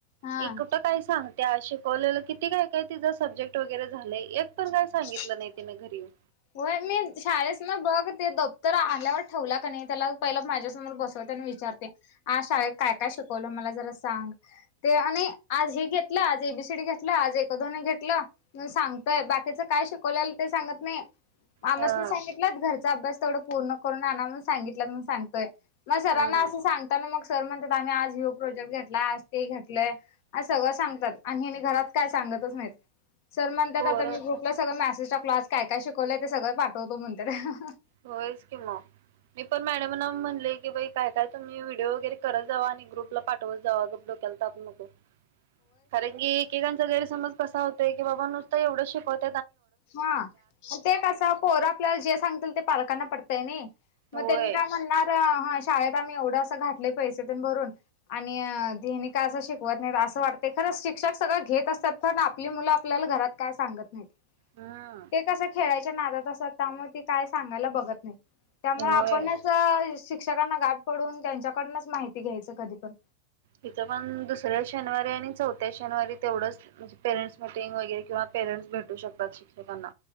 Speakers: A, on the left; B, on the right.
A: हा
B: ही कुठं काय सांगत्या? शिकवलेलं किती काय- काय तिजं सब्जेक्ट वगैरे झालय. एक पण काय
A: <inaudible>
B: सांगितलं नाही तिने घरी येऊन.
A: होय, मी शाळेस्न बघ ते द तर आल्यावर ठेवला का नै त्याला, पहिला माझ्यासमोर बसवते. अन विचारते, आज शाळेत काय- काय शिकवलं म ला जरा सांग. ते आणि आज हे घेतलं, आज एबीसीडी घेतलं, आज एक-दोन घेतलं म् सांगतोय बाकीचं काय शिकवल्यालं ते सांगत नाही. आमास्नी
B: हा
A: सांगितलंत घरचा अभ्यास तेवढं पूर्ण करून आणा म्हून सांगितल्यात, म्हणून सांगतोय. मग सरांना
B: हम्म
A: असं सांगताना म सर म्हणत्यात, आम्ही आज ह्यो प्रोजेक्ट घेतला आज ते घेतलंय, असं सगळं सांगतात. आणि हेनं घरात काय सांग <unintelligible> माहीत. सर म्हणत्यात
B: पोरं
A: आता मी
B: असच
A: ग्रुप म्यासेज टाकलो. आज काय काय शिकवलंय ते सगळंच पाठवतो म्हणत्यात. <unintelligible>
B: होयच की मग. मी पण मॅडमांना म्हणले की बाई काय, काय तुम्ही व्हिडिओ वगैरे करत जावा. आणि ग्रुपला पाठवत जावा. उगच डोक्याला ताप नको. कारण की, एकेकांचा गैरसमज कसा होतंय की, बाबा नुसता एवढंच शिकवत
A: हा. अन ते कसं, पोरं आपल्याला जे सांगतील ते पालकांना पटतंय नि,
B: होय
A: म त्यांनी काय म्हणनार अ हा शाळेत आम्ही एवढं अस घातलं पैसे पण भरून, आणि हेनी काय असं शिकवत नाही. असं वाटतंय का? शिक्षक सगळं घेत असतात. पण आपली मुलं आपल्याला, घरात काय सांगत नाहीत.
B: हम्म
A: ते कसं, खेळायच्या नादात असतात. त्यामुळे ती काय सांगायला बघत नाही. त्यामुळं
B: होय.
A: आपणच, शिक्षकांना गाठ पडून, त्यांच्याकडनंच माहिती घ्यायचं कधी पण.
B: तिथं पण, दुसऱ्या शनवारी आणि चौथ्या शनवारी तेवढंच, म्हणजे पेरेंट्स मिटिंग वगैरे किंवा पेरेंटस भेटू शकतात शिक्षकांना,